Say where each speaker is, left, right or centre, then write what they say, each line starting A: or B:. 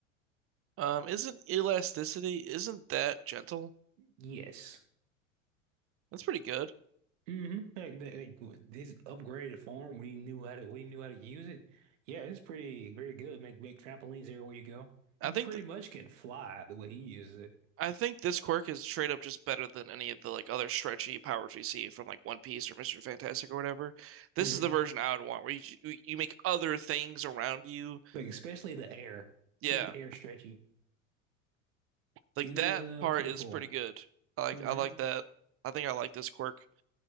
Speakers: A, on the right; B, on the right.
A: Um, isn't elasticity, isn't that gentle?
B: Yes.
A: That's pretty good.
B: Mm-hmm. Like, like, like, this upgraded farm, we knew how to we knew how to use it. Yeah, it's pretty pretty good. Make make trampolines everywhere you go.
A: I
B: You
A: think
B: pretty
A: th
B: much can fly the way he uses it.
A: I think this quirk is straight up just better than any of the like other stretchy powers we see from like One Piece or Mr. Fantastic or whatever. This
B: hmm
A: is the version I would want where you you you make other things around you.
B: Like especially the air.
A: Yeah,
B: To make the air stretchy.
A: like
B: It
A: that
B: is uh
A: part
B: pretty
A: is
B: cool.
A: pretty good. I like
B: hmm
A: I like that. I think I like this quirk